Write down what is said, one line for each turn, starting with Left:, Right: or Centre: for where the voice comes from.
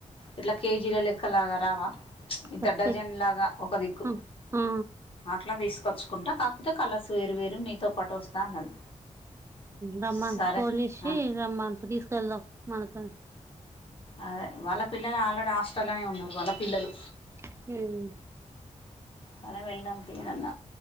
Left: ఇట్లా కేజీల లెక్కలాగా రావా ఇంత
Right: వస్తాయి
Left: డజన్ లాగా ఒక దిక్కు
Right: ఆ ఆ
Left: అట్లా తీసుకొచ్చుకుంటా కాకపోతే కలర్స్ వేరు వేరు మీతో పాటు వస్తా అన్నది
Right: రమ్మాను
Left: సరే
Right: ఫోన్ చేసి
Left: ఆ,
Right: రమ్మాను తీసుకెళ్దాం మనతోని
Left: అదే వాళ్ళ పిల్లలు ఆల్రెడీ హాస్టల్లోనే ఉన్నారు వాళ్ళ పిల్లలు
Right: ఉమ్
Left: సరే వెళ్దాం తీ అని అన్న